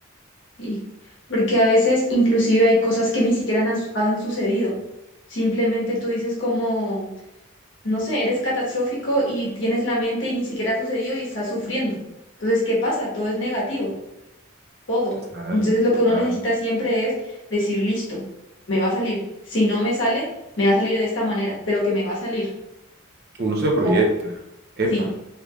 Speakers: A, on the left; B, on the right.
A: sí, porque a veces inclusive hay cosas que ni siquiera han, su- han sucedido. Simplemente tú dices como, no sé, eres catastrófico y tienes la mente y ni siquiera ha sucedido y estás sufriendo. Entonces, ¿qué pasa? Todo es negativo, todo.
B: Total,
A: Entonces, lo
B: total.
A: que uno necesita siempre es decir, listo, me va a salir. Si no me sale, me va a salir de esta manera, pero que me va a salir.
B: Uno se proyecta,
A: O
B: epa,
A: sí.